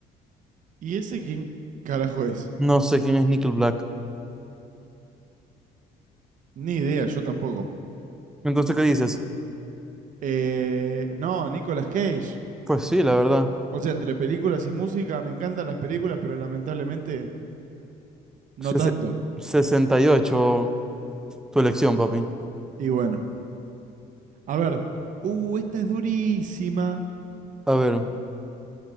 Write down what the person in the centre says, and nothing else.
No sé quién es Nickel Black.
Entonces, ¿qué dices?
Pues sí, la verdad.
Ses-
68 tu elección, papi.
A ver,